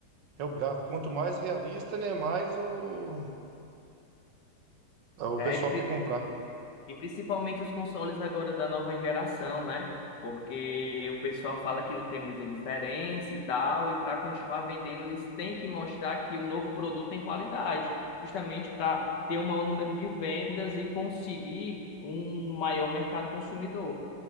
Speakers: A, on the right; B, on the left.
A: É o gráfico. Quanto mais realista, né? Mais o, o
B: É,
A: pessoal quer comprar.
B: E principalmente os consoles agora da nova geração, né? Porque o pessoal fala que não tem muita diferença e tal, e para continuar vendendo, eles têm que mostrar que o novo produto tem qualidade, justamente para ter um maior número de vendas e conseguir um maior mercado consumidor.